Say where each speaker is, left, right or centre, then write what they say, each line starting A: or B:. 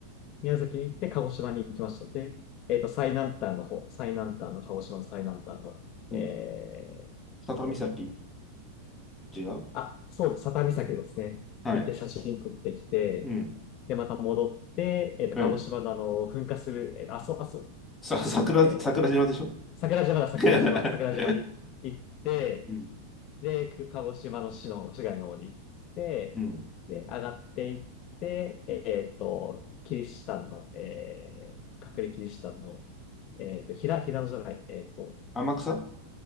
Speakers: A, on the left; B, on the left.
A: 宮崎に行って鹿児島に行きましたので、えっと、最南端の方、最南端の鹿児島の最南端の、
B: うん。
A: えーと、
B: 佐多岬違う
A: あ、そうです。佐多岬ですね。
B: はい。
A: 行って写真撮ってきて、
B: うん。
A: で、また戻って、えっと、
B: ええ
A: 鹿児島のあの、噴火する、えっと、阿蘇、阿蘇、
B: さ、
A: じゃあ阿蘇じゃない、
B: 桜、
A: えっと、
B: 桜島でしょ
A: 桜島だ、桜島、
B: <laughs>
A: 桜島に行って、
B: うん。
A: で、く鹿児島の市の、市街の方に行って、
B: うん。
A: で、上がっていって、えっと、キリシタンの、えー、隠れキリシタンの、えっと、平、平野じゃない、えっと、
B: 天草